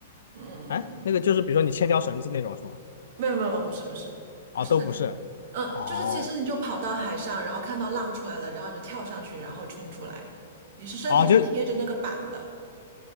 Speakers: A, on the right (about 45°); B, on the left (about 65°).
A: 嗯，
B: 哎，那个就是比如说你牵条绳子那种是吗？
A: 没有没有没有，不是不是不是那种，
B: 啊，都不是。
A: 嗯，
B: 哦，
A: 就是其实你就跑到海上，然后看到浪出来了，然后你就跳上去，然后冲出来，你是身体是贴着那个板的。
B: 哦，就